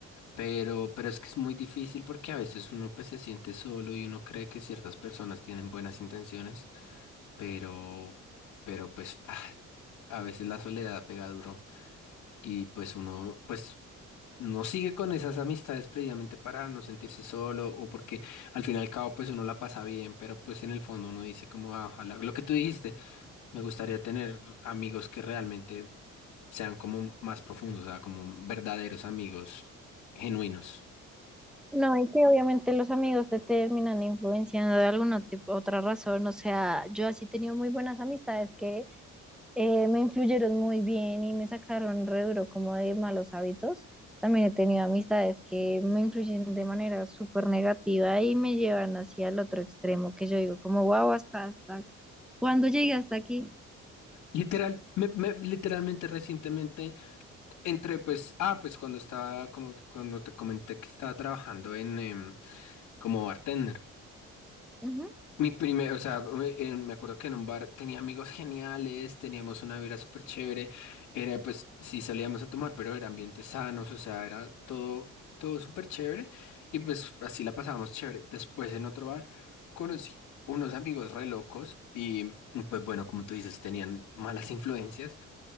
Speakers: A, on the left; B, in the centre.
A: Pero, pero es que es muy difícil porque a veces uno pues se siente solo y uno cree que ciertas personas tienen buenas intenciones, pero, pero pues ah, a veces la soledad pega duro y pues uno pues no sigue con esas amistades previamente para no sentirse solo o porque al fin y al cabo pues uno la pasa bien, pero pues en el fondo uno dice como "Ah, ojalá, lo que tú dijiste, me gustaría tener amigos que realmente sean como más profundos, o sea, como verdaderos amigos genuinos.
B: No, y que obviamente los amigos te terminan influenciando de alguna tip- otra razón, o sea, yo así he tenido muy buenas amistades eh, me influyeron muy bien y me sacaron re duro como de malos hábitos. También he tenido amistades que me influyen de manera súper negativa y me llevan hacia el otro extremo, que yo digo como, wow, hasta, hasta, ¿cuándo llegué hasta aquí?
A: Literal, me- me- literalmente recientemente entre pues, ah, pues cuando estaba, como cuando te comenté que estaba trabajando en, em, como bartender.
B: Ujú.
A: Mi primer, o sea, eh, me acuerdo que en un bar tenía amigos geniales, teníamos una vida súper chévere, era pues, sí salíamos a tomar, pero era ambientes sanos, o sea, era todo, todo súper chévere y pues así la pasábamos chévere. Después en otro bar conocí unos amigos re locos y pues bueno, como tú dices, tenían malas influencias.